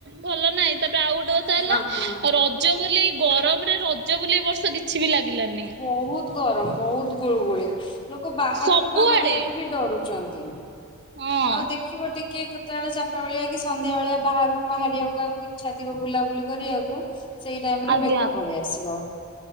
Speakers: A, on the right; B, on the left.
A: ଭଲ ନାହିଁ ତାପରେ ଆଉ ଗୋଟେ
B: ହଁ
A: କଥା ହେଲା
B: ହଁ।
A: ରଜ ବୋଲେ ଏଇ ଗରମରେ ରଜ ବୋଲେ ଏ ବର୍ଷ କିଛି ବି ଲାଗିଲାନି?
B: ବହୁତ ଗରମ ବହୁତ ଗୁଳୁଗୁଳି ଲୋକ ବାହାରକୁ
A: ସବୁଆଡେ
B: ବାହାରିବାକୁ ବି ଡରୁଛନ୍ତି। ଆଉ
A: ହଁ
B: ଦେଖ ଦେଖିବ ଟିକେ କେତେବେଳେ ଚାରଟା ବେଳିଆ କି ସନ୍ଧ୍ୟା ବେଳିଆ ବାହାରକୁ ବାହାରିବାକୁ କାହାକୁ ଇଚ୍ଛା ଥିବ ବୁଲାବୁଲି କରି ଆକୁ କୁ ସେଇ ଟାଇମ
A: ଆଜ୍ଞା।
B: ରେ ମେଘ ପଳେଇ ଆସିବ।